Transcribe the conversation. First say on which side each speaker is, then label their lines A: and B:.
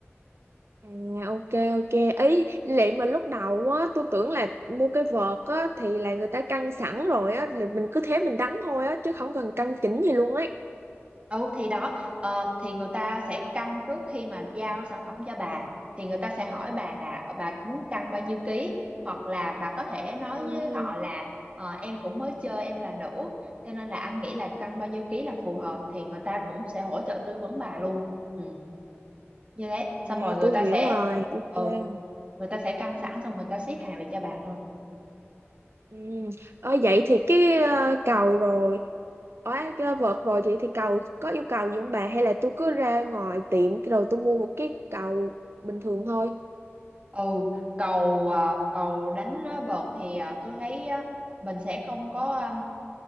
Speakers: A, on the right; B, on the right.
A: à ok ok ý lệ mà lúc đầu á tôi tưởng là mua cái vợt á thì là người ta căng sẵn rồi á là mình cứ thế mình đánh thôi á chứ không cần căng chỉnh gì luôn ấy
B: Ừ thì đó ờ, thì người ta sẽ cân trước khi mà giao sản phẩm cho bà thì người ta sẽ hỏi bà là bà muốn cân bao nhiêu ký hoặc là bà có thể nói
A: ừ.
B: với họ là ờ, em cũng mới chơi em là nữ cho nên là anh nghĩ là cân bao nhiêu ký là phù hợp thì người ta cũng sẽ hỗ trợ tư vấn bà luôn ừ, như thế
A: à
B: xong rồi người
A: tôi
B: ta
A: hiểu
B: sẽ
A: rồi ok
B: ừ người ta sẽ cân sẵn xong người ta ship hàng về cho bà thôi
A: ừ. ờ, vậy thì cái ờ, cầu rồi ở cái vợt rồi vậy thì cầu có yêu cầu gì không bà hay là tôi cứ ra ngoài tiệm rồi tôi mua một cái cầu bình thường thôi
B: ừ cầu à, cầu đánh á, vợt thì à, tôi thấy á, mình sẽ không có